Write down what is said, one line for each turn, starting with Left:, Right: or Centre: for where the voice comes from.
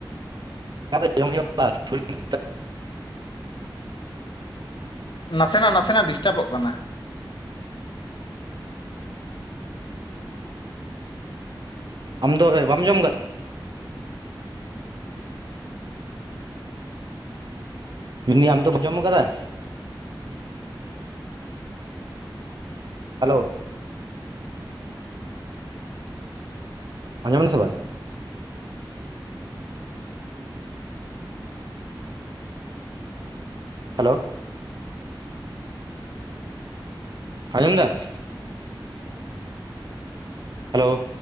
Right: ᱟᱫᱚ ᱡᱚᱢ ᱦᱩᱭᱩᱜ ᱟ <unintelligible>
Left: ᱱᱟᱥᱮᱱᱟᱜ ᱱᱟᱥᱮᱱᱟᱜ ᱰᱤᱥᱴᱟᱵᱚᱜ ᱠᱟᱱᱟ
Right: ᱟᱢ ᱫᱚ ᱵᱟᱢ ᱡᱚᱢ ᱠᱟᱫ ᱢᱮᱱᱫᱟ. ᱧ ᱟᱢ ᱫᱚᱢ ᱡᱚᱢ ᱠᱟᱫᱟ ᱦᱮᱞᱳ ᱟᱸᱡᱚᱢ ᱱᱟᱥᱮ ᱵᱟᱝ ᱦᱮᱞᱳ ᱟᱸᱡᱚᱢ ᱫᱟᱢ ᱦᱮᱞᱳᱣ